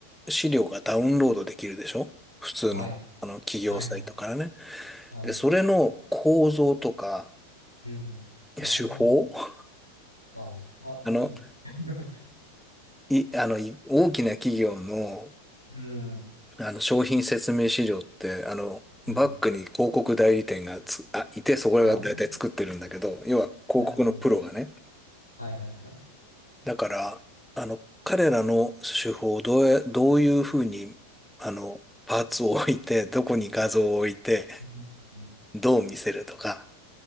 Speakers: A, in the centre; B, on the left (about 90°).
A: 資料がダウンロードできるでしょ普通の、
B: はい。
A: あの企業サイトからね。
B: はいはいはい。
A: で、それの構造とか
B: うんうん。
A: 手法、
B: あ
A: <laughs>
B: ーあ、めっちゃいい。
A: あの、
B: <laughs>
A: い、あの、い大きな企業の、
B: うん。
A: あの商品説明資料って、あの、
B: はい
A: バックに広告代理店がつ、あ、いて、そこらが大体作ってるんだけど、
B: あ、
A: 要は広告のプロがね、
B: はいはいはい。はいはいはい。
A: だから、あの、彼らの手法をどうや、どういうふうに、あの、パーツを置いて、どこに画像を置いて、
B: うんうん
A: どう見せるとか、